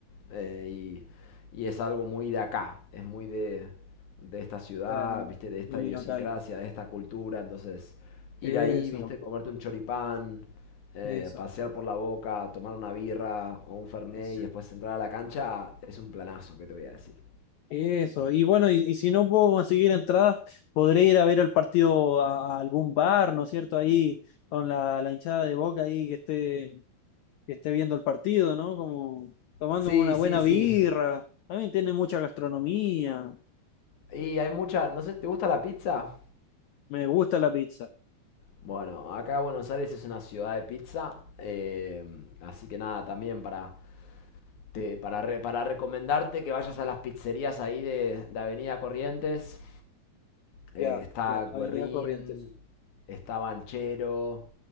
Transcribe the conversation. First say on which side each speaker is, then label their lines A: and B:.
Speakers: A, on the left; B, on the left.
A: eh, y, y es algo muy de acá, es muy de, de esta ciudad,
B: claro,
A: viste, de esta
B: un
A: idiosincrasia,
B: local.
A: de esta cultura. Entonces, ir
B: Eso,
A: ahí, viste, comerte un choripán, eh,
B: eso,
A: pasear por la boca, tomar una birra o un fernet
B: eso.
A: y después entrar a la cancha, es un planazo, que te voy a decir.
B: Eso. Y bueno, y, y si no puedo conseguir entradas, podré ir a ver el partido a, a algún bar, ¿no es cierto? Ahí con la, la hinchada de Boca ahí que esté, que esté viendo el partido, ¿no? Como tomándome
A: Sí,
B: una
A: sí,
B: buena
A: sí.
B: birra. También tiene mucha gastronomía.
A: Y hay mucha, no sé, ¿te gusta la pizza?
B: Me gusta la pizza.
A: Bueno, acá Buenos Aires es una ciudad de pizza, eh, así que nada, también para, te- para, re- para recomendarte que vayas a las pizzerías ahí de, de Avenida Corrientes. Eh,
B: Ya,
A: está
B: ya,
A: Guerrín,
B: Avenida Corrientes.
A: está Banchero,